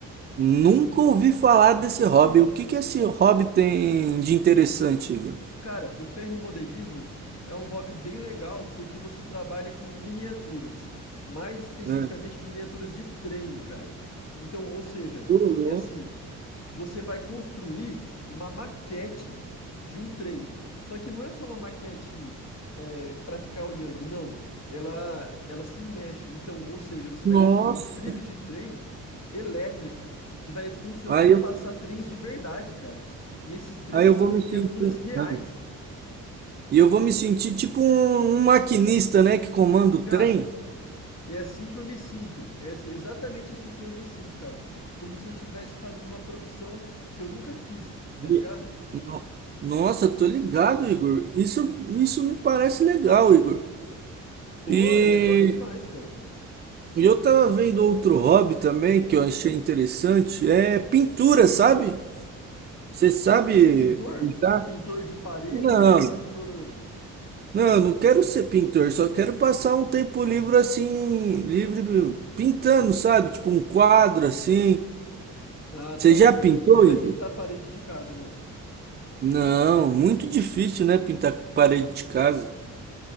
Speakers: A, on the right; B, on the left.
A: Nunca ouvi falar desse hobby. O que que esse hobby tem de interessante, Igor?
B: Cara, o ferromodelismo é um hobby bem legal porque você trabalha com miniaturas, mais especificamente
A: É.
B: miniaturas de trem, cara. Então, ou seja,
A: Ô, louco.
B: é assim, você vai construir uma maquete de um trem. Só que não é só uma maquete para ficar olhando, não. Ela, ela se mexe. Então, ou seja, você
A: Nossa.
B: vai construir um trilho de trem elétrico que vai funcionar
A: Aí
B: e
A: eu,
B: passar trens de verdade, cara. E esses trens
A: aí eu vou
B: são
A: me
B: miniaturas
A: sentir.
B: reais.
A: Ah, não. E eu vou me sentir tipo um, um maquinista, né, que comanda o trem.
B: Cara, é assim que eu me sinto. É ex- exatamente assim como eu me sinto, cara. Como se eu estivesse fazendo uma profissão que eu nunca fiz, tá ligado?
A: E- no- Nossa, tô ligado, Igor. Isso, isso me parece legal, Igor.
B: Pô,
A: E
B: é legal demais, cara.
A: e eu tava vendo outro hobby também que eu achei interessante, é pintura, sabe? Você sabe
B: Você quer ser pintor?
A: pintar?
B: Pintor de parede
A: Não,
B: ou pintor.
A: não, eu não quero ser pintor, só quero passar um tempo livre assim, livre pintando, sabe? Tipo um quadro assim.
B: Ah,
A: Você
B: tá.
A: já
B: Você
A: pintou,
B: não, não
A: Igor?
B: é pintar parede de casa, não.
A: Não, muito difícil, né, pintar parede de casa.